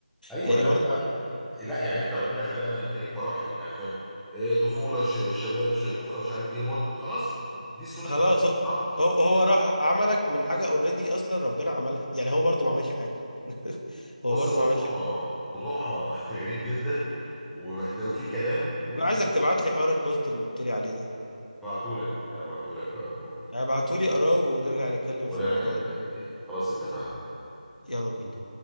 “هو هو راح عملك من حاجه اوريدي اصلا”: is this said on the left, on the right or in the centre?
Left